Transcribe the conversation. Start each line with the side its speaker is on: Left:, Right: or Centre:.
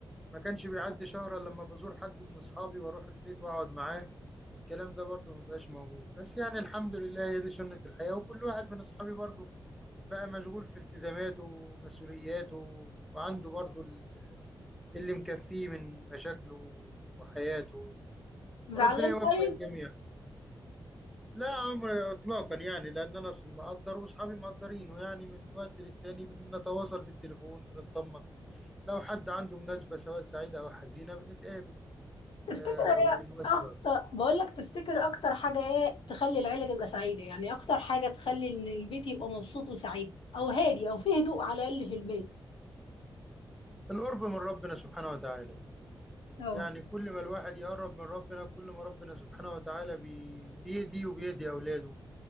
Centre: ما كانش بيعدي شهر إلا لما بزور حد من أصحابي وأروح البيت وأقعد معاه الكلام ده برضه ما بقاش موجود بس يعني الحمد لله هي دي سنة الحياة وكل واحد من أصحابي برضه بقى مشغول في التزاماته ومسؤولياته وعنده برضو ال- اللي مكفيه من مشاكله وحياته
Left: زعلان
Centre: وربنا يوفق
Left: طيب
Centre: الجميع لا عمر اطلاقا يعني لان انا اصلا مقدر واصحابي مقدرينه يعني من وقت للتاني بنتواصل بالتليفون بنطمن لو حد عنده مناسبه سواء سعيده او حزينه بنتقابل
Left: تفتكر
Centre: آه وبنوسع
Left: ايه اكتر بقول لك تفتكر اكتر حاجه ايه تخلي العيله تبقى سعيده يعني اكتر حاجه تخلي ان البيت يبقى مبسوط وسعيد او هادي او فيه هدوء على الاقل في البيت
Centre: القرب من ربنا سبحانه وتعالى
Left: اه
Centre: يعني كل ما الواحد يقرب من ربنا كل ما ربنا سبحانه وتعالى بي- بيهدي وبيهدي اولاده